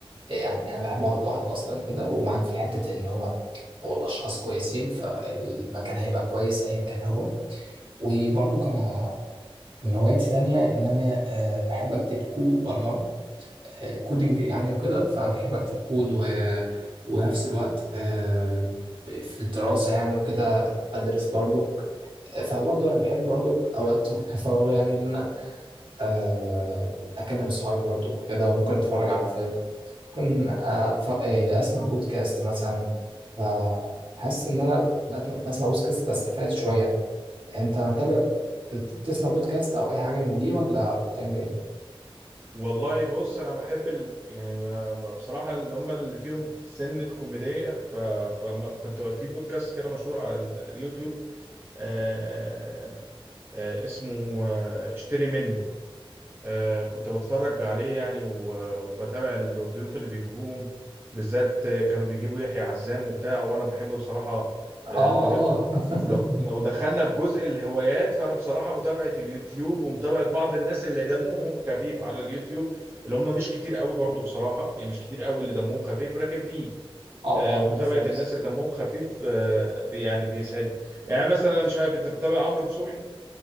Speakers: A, on the right (about 60°); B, on the right (about 25°).
A: يعني انا بحب اقعد لوحدي اصلا وكده ومعاك في حته ان هو لو الاشخاص كويسين فالمكان هيبقى كويس ايا كان هو وبرضو كان من هواياتي تانية ان انا آه، بحب اكتب كود برمجه آه، كودنج يعني وكده فبحب اكتب كود و... ونفس الوقت آه، في الدراسه يعني وكده ادرس برضو فبرضو انا بحب برضو اوقات في فراغي يعني ان انا آه، اكلم صحابي برضو وكده وممكن اتفرج على فيلم ممكن أتفرج أسمع بودكاست مثلا فحاسس إن أنا بت- بسمع بودكاست بستفاد شوية أنت متابع بت- بتسمع بودكاست أو أي حاجة من دي ولا بتعمل إيه؟
B: والله بص انا بحب ال... يعني ب- ب- بصراحه اللي هم اللي فيهم سنه كوميديه ف... فكنت في بودكاست كده مشهور على ال- اليوتيوب آه... آه... اسمه آه... اشتري مني آه، كنت بتفرج عليه يعني و- وبتابع الضيوف اللي بيجيبوهم بالذات آه، كانوا بيجيبوا يحيى عزام وبتاع وانا بحب بصراحة آه،
A: اه اه
B: طريقته
A: <laughs>
B: ولو لو دخلنا في جزء الهوايات فانا بصراحة متابعة اليوتيوب ومتابعة بعض الناس اللي دمهم خفيف على اليوتيوب اللي هم مش كتير قوي برضو بصراحة يعني مش كتير قوي اللي دمهم خفيف لكن في
A: اه
B: آه،
A: اه
B: متابعة
A: بالظبط
B: الناس اللي دمهم خفيف آه، بي- يعني بيسعد يعني مثلا انا مش عارف انت بتتابع عمرو دسوحي؟